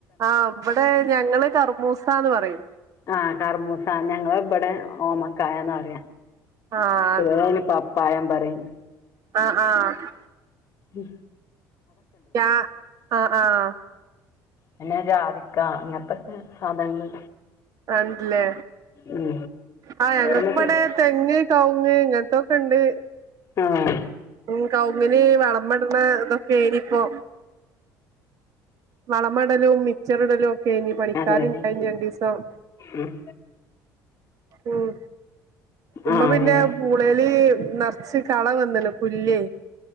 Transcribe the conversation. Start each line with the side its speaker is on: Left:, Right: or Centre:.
Right: ആഹ്‌ ഇവിടെ ഞങ്ങള് കർമൂസാന്ന് പറയും
Left: ആഹ കർമൂസ ഞങ്ങള് ഇബടെ ഓമക്കായാന്ന പറയാ
Right: ആഹ്
Left: ചെലൊര് അയിന് പപ്പായാന്ന് പറയും
Right: ആഹ ആഹ
Left: ഉം
Right: ച ആഹ ആഹ
Left: പിന്നെ ജാതിക്ക അങ്ങനത്തെക്കെ സാധനങ്ങൾ
Right: അന്ന്ല്ലേ
Left: ഉം
Right: ആഹ് ഞങ്ങപ്പടെ
Left: എന്നിട്ട്
Right: തെങ്ങ് കവുങ്ങ് ഇങ്ങനത്തൊക്കെ ഉണ്ട്
Left: ആഹ്
Right: ഉം കൗങ്ങിന് വളം പെടണ ഇതൊക്കെ ഏരിപ്പോ വളമെടലും മിച്ചറിടലും ഒക്കെനി പണിക്കാരുണ്ടായിന്
Left: അതെ അതെ
Right: രണ്ടീസം
Left: ഉം
Right: ഉം ഉമ്മ
Left: ആഹ്
Right: പിന്നേ
Left: അങ്ങനെ
Right: കൂടേല് നെറച്ച് കള വന്ന്ണ് പുല്ലേ